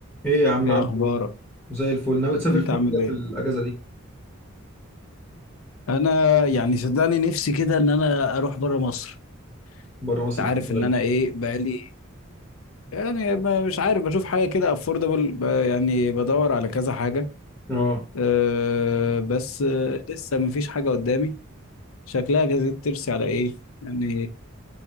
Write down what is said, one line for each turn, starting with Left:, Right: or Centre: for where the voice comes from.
Centre: ايه يا عم
Left: ايه
Centre: عامل
Left: اخبارك
Centre: ايه زي الفل ناوي تسافر
Left: انت
Centre: فين
Left: عامل
Centre: كده
Left: ايه
Centre: في الاجازه دي
Left: انا يعني صدقني نفسي كده ان انا اروح بره مصر
Centre: بره مصر
Left: انت
Centre: فين
Left: عارف ان
Centre: طيب
Left: انا ايه بقالي يعني ما- مش عارف بشوف حاجه كده افوردبل يعني بدور على كذا حاجه
Centre: اه
Left: أه بس آه، لسه مفيش حاجه قدامي شكلها جايز ترسي على ايه يعني